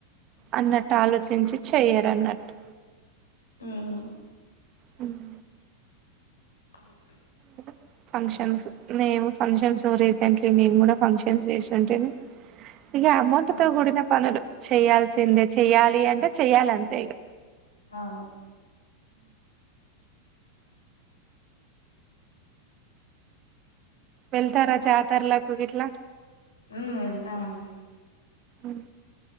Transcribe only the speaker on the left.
ఉమ్
ఇ
అవును
అవును
ఉ వెళ్తామండి